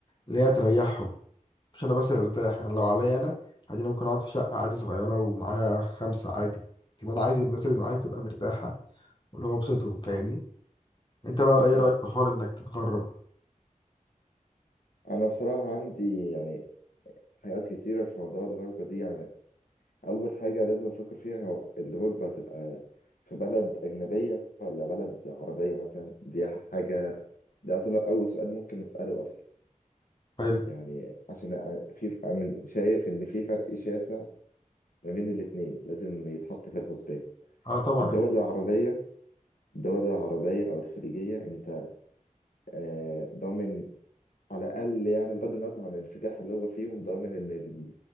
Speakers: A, on the left; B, on the left.
A: اللي هي تريحهم مش انا بس اللي ارتاح يعني لو عليا انا عادي انا ممكن اقعد في شقه عادي صغيره ومعايا خمسه عادي كده انا عايز الناس اللي معايا تبقى مرتاحه واللي هو بسطهم فاهمني انت بقى ايه
B: فاهم.
A: رايك في حوار انك تتغرب
B: أنا بصراحة عندي يعني حاجات كتيرة في موضوع الغربة دي يعني أول حاجة لازم أفكر فيها هو الغربة هتبقى في بلد أجنبية ولا بلد عربية مثلا دي حاجة ده يعتبر أول سؤال ممكن نسأله أصلا
A: حلو
B: يعني عشان أ- في أنا شايف إن في فرق شاسع ما بين الاتنين لازم يتحط في الحسبان
A: اه طبعا
B: الدول العربية الدول العربية أو الخليجية أنت آه، ضامن على الأقل يعني بغض النظر عن الانفتاح اللي هو فيهم ضامن إن الم-